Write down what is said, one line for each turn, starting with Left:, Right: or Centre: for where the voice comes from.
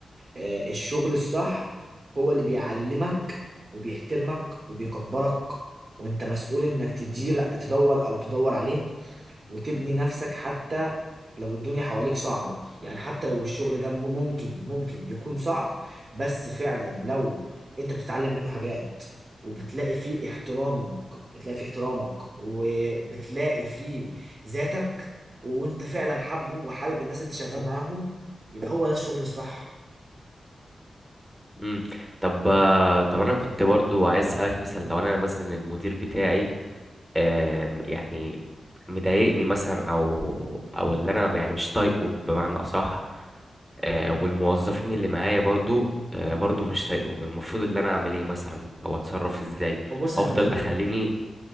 Right: آه الشغل الصح هو اللي بيعلمك وبيحترمك وبيكبرك وانت مسؤول انك تدير تدور او تدور عليه وتبني نفسك حتى لو الدنيا حواليك صعبة يعني حتى لو الشغل ده م- ممكن ممكن يكون صعب بس فعلا لو انت بتتعلم منه حاجات وبتلاقي فيه احترامك بتلاقي فيه احترامك وبتلاقي فيه ذاتك وانت فعلا حابه وحابب الناس اللي انت شغال معاهم يبقى هو ده الشغل الصح
Centre: امم طب آه، طب انا كنت برضو عايز اسالك مثلا لو انا مثلا المدير بتاعي آه يعني مضايقني مثلا او او اللي انا يعني مش طايقه بمعنى اصح آه والموظفين اللي معايا برضو آه برضو مش طايقهم المفروض اللي انا اعمل ايه مثلا او اتصرف ازاي
Right: وبص
Centre: افضل
Right: انت مش هت...
Centre: اخليني